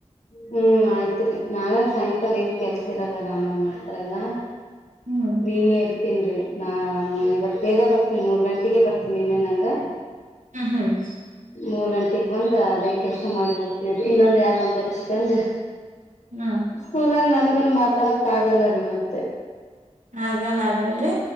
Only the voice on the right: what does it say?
ಹ್ಮ್
ಹ್ಮ್ ಹು.
ಹ್ಮ್
ಆಗಲ್ಲ ಆಗಲ್ರಿ